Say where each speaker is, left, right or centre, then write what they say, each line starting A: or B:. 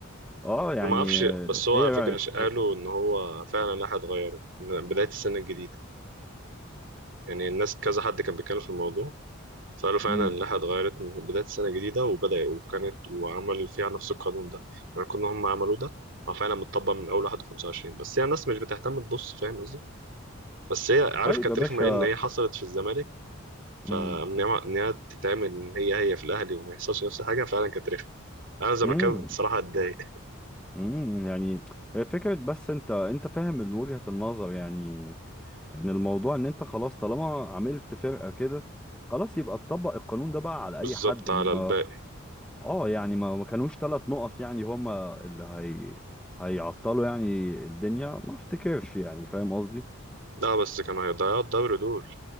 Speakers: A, in the centre; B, on the right (about 55°).
A: اه يعني
B: أنا ما أعرفش
A: آه،
B: بس هو
A: ايه
B: على
A: رأيك
B: فكرة
A: في
B: قالوا
A: بس
B: إن هو فعلا اللائحة اتغيرت من بداية السنة الجديدة يعني الناس كذا حد كان بيتكلم في الموضوع فقالوا فعلا
A: امم
B: اللائحة اتغيرت من بداية السنة الجديدة وبدأ وكانت وعمل فيها نفس القانون ده يعني كنا هم عملوه ده هو فعلا متطبق من أول 1 25 بس هي يعني الناس مش بتهتم تبص فاهم قصدي؟ بس هي عارف
A: طيب
B: كانت
A: يا باشا
B: رخمة ان هي حصلت في الزمالك فان
A: امم
B: هي إن هي تتعمل ان هي هي في الاهلي وما يحصلش نفس الحاجة فعلا كانت رخمة انا زملكاوي
A: امم
B: بصراحة اتضايق
A: امم يعني هي فكرة بس انت انت فاهم من وجهة النظر يعني ان الموضوع ان انت خلاص طالما عملت فرقة كده خلاص يبقى تطبق القانون ده بقى على
B: بالظبط
A: اي حد انما
B: على الباقي
A: اه يعني ما ما كانوش ثلاث نقط يعني هما اللي هي هيعطلوا يعني الدنيا ما افتكرش يعني فاهم قصدي
B: لا بس كانوا هيضيعوا الدوري دول